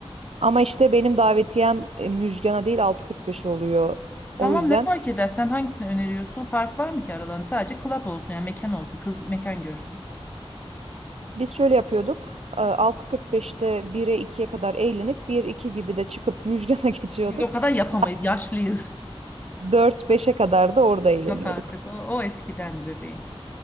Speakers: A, on the right (about 80°); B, on the left (about 15°).
A: Ama işte benim davetiyem e, Müjgan'a değil 6.45 oluyor.
B: Tamam
A: O yüzden
B: ne fark eder? Sen hangisini öneriyorsun? Fark var mı ki aralarında? Sadece club olsun yani mekan olsun. Kız mekan görsün.
A: Biz şöyle yapıyorduk. e, 6.45'te 1'e ikiye kadar eğlenip bir iki gibi de çıkıp Müjgan'a <laughs> geçiyorduk.
B: Biz o kadar yapamayız.
A: Saat
B: Yaşlıyız.
A: dört beşe kadar da orada eğleniyorduk.
B: Yok artık. O, o eskidendi bebeğim.